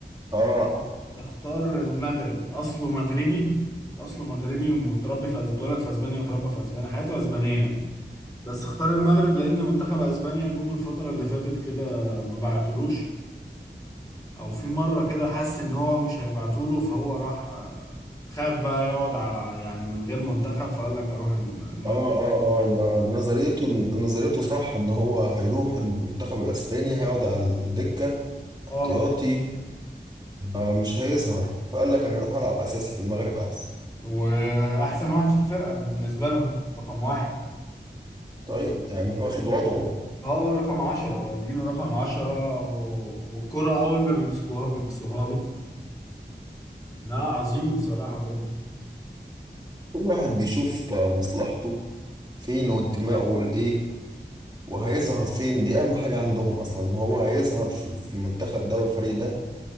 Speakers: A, on the right; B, on the left.
A: اه
B: اختار المغرب اصله مغربي اصله مغربي ومتربي في أس- اتولد في اسبانيا وتربى في اسبانيا حياته اسبانية يعني بس اختار المغرب لان منتخب اسبانيا جم الفتره اللي فاتت كده ما بعتلوش او في مره كده حس ان هو مش هيبعتوله فهو راح آه، خاف بقى يقعد ع- يعني من غير منتخب فقال لك اروح الم- المغرب
A: اه اه اه يبقى نظريته نظريته صح ان هو هيروح المنتخب الاسباني هيقعد على الدكة
B: اه
A: احتياطي آه مش هيظهر فقال لك انا هروح العب اساسي في المغرب احسن
B: واحسن واحد في الفرقه بالنسبه لهم رقم واحد
A: طيب يعني واخد وضعه
B: اه رقم عشرة والدينو رقم عشرة و- والكرة أول ما بيمسكوها بيبصوها له لا عظيم بصراحة برضه
A: كل واحد بيشوف آه، مصلحته فين وانتمائه لايه وهيظهر فين دي اهم حاجة عندهم اصلا ان هو هيظهر في في المنتخب ده والفريق ده